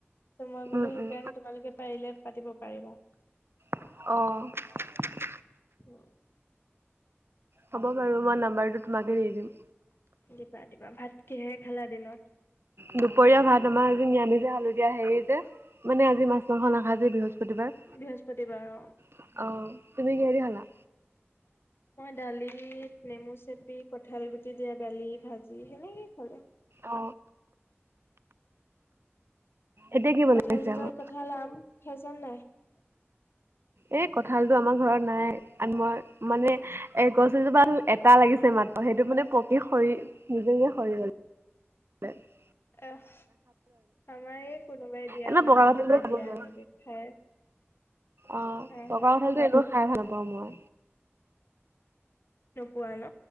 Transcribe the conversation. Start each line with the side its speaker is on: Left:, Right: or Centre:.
Left: ত মই বোলো
Right: উম,
Left: সেইকাৰণে
Right: উম,
Left: তোমালোকে পাৰিলে পাতিব পাৰিবা।
Right: অ'।
Left: উম <unintelligible>
Right: হ'ব বাৰু মই নাম্বাৰটো তোমাকে দি দিম।
Left: দিবা দিবা ভাত কিহে খালা দিনত?
Right: দুপৰীয়া ভাত আমাৰ এ নিৰামিস এ খালো দিয়া এ হেৰি যে - মানে আজি মাছ মাংস নাখায় যে বৃহস্পতিবাৰ
Left: বৃহস্পতিবাৰ অ
Right: আহ তুমি কিহেদি খালা?
Left: ডালি নেমু চেপি কঠালগুটি দিয়া দালি, ভাজি সেনেকেই খালো।
Right: অ এতিয়া কি বনাইছে
Left: কঁঠাল চঠাল
Right: আকৌ
Left: কঁঠাল আম সেইচব নাই। <unintelligible>
Right: এ কঁঠালটো আমাৰ ঘৰত নাই আমাৰ মানে এ গছ এজোপা এটা লাগিছে মানে। পা সেইটো মানে পকি সৰি নিজে নিজে সৰি গল মানে <unintelligible>
Left: এ'ফ। আমাৰ এই কোনোবাই দিয়া
Right: এনেও
Left: মামাহঁতে
Right: পকা কঁঠালটো খাব
Left: দিয়া
Right: নোৱাৰো
Left: এনেকে খাই।
Right: অ
Left: হা
Right: পকা
Left: হা
Right: কঠালতো এনেও খাই ভাল <unintelligible> পাওঁ মই।
Left: নোপোৱা ন?